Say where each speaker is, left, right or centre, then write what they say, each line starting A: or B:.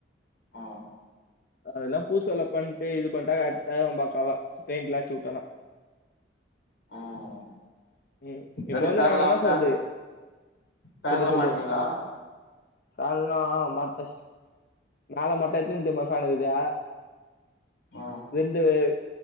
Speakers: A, on the left; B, on the left.
A: ம்
B: அதெல்லா பூசு வேல பண் இது பண்டா கரெக்டாருக்கு பக்காவ பெயிண்ட்லா அடிச்சிவுட்டோனா
A: ம்
B: ம்
A: எப்டி
B: இப்ப வந்து
A: ஃபேன்லா
B: நாங்க என்ன
A: ஃபே
B: சொல்றது
A: ஃபேன்லா
B: சொல்லு சொல்லு
A: மாட்டீங்களா
B: ஃபேன்லா மாட்டியாச்சு மேல மொட்ட எத்துன் தெரிமா பேனு இருக்குது
A: ம்
B: டேய்